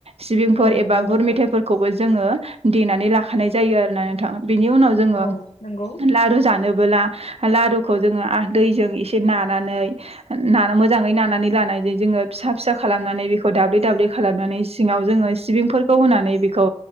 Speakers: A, on the right (about 60°); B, on the left (about 75°).
A: सिबिंफोर
B: औ नंगौ
A: एबा
B: नोंथां
A: गुर मेथायाइफोरखौबो जोङो देनानै लाखानाय जायो आरोना नोंथां। बिनि उनाव जोङो
B: औ नंगौ
A: लारु जानोबो लारुखौ जोङो दैजों एसे नानानै मोजाङै नानानै लानाय जोङो फिसा फिसा खालामनानै बेखौ दाब्लि दाब्लि खालामनानै सिङाव जोङो सिबिंफोरखौ होनानै बेखौ